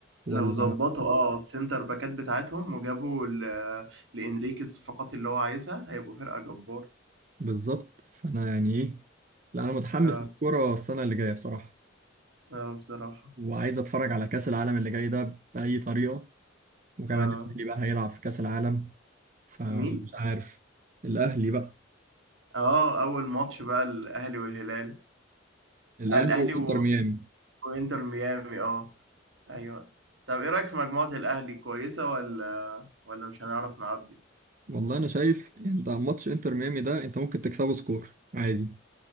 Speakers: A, on the right (about 40°); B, on the right (about 85°).
A: ولا
B: لو ظبطوا اه السنتر باكات بتاعتهم وجابوا ل... لإنريكي الصفقات اللي هو عايزها هيبقوا فرقة جبار
A: بالظبط فانا يعني ايه لا انا متحمس
B: اه
A: للكرة السنة اللي جاية بصراحة
B: اه بصراحة
A: وعايز اتفرج على كأس العالم اللي جاي ده بأي طريقة وكمان
B: اه
A: الاهلي بقى هيلعب في كأس العالم فمش
B: مين؟
A: عارف الاهلي بقى
B: اه أول ماتش بقى الأهلي والهلال
A: الاهلي
B: آه الأهلي
A: وانتر
B: و...
A: ميامي
B: وإنتر ميامي اه أيوه طب إيه رأيك في مجموعة الأهلي كويسة ولا ولا مش هنعرف نعدي؟
A: والله انا شايف انت ماتش انتر ميامي ده انت ممكن تكسبه سكور عادي